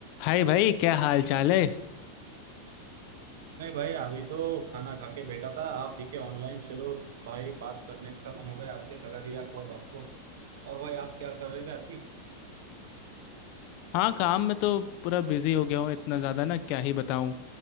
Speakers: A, on the left; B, on the right.
A: हाय भाई क्या हाल चाल है
B: नहीं भाई अभी तो खाना खा के बैठा था आप दिखे ऑनलाइन चलो भाई बात करने का मन हो गया आपसे लगा दिया कॉल आपको और भाई आप क्या कर रहे थे अभी
A: हाँ काम में तो पूरा बिजी हो गया हूँ इतना ज़्यादा ना क्या ही बताऊँ